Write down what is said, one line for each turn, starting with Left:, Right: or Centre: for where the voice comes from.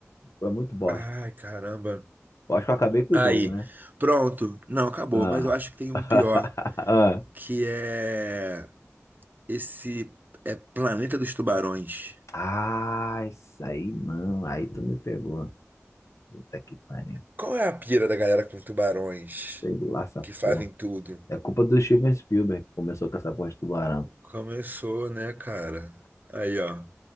Left: Foi muito bosta.
Right: Ai, caramba.
Left: Eu acho que eu acabei com
Right: Aí,
Left: o jogo, né?
Right: pronto. Não, acabou,
Left: Ah.
Right: mas eu acho que tem um
Left: <laughs>
Right: pior. que é esse é Planeta dos Tubarões.
Left: Ah, Ah, isso aí não. Aí tu me pegou. Puta que pariu.
Right: Qual é a pira da galera com tubarões
Left: Sei lá essa
Right: que fazem
Left: porra.
Right: tudo?
Left: É culpa do Steven Spielberg que começou com essa porra de tubarão.
Right: Começou, né, cara? Aí, ó.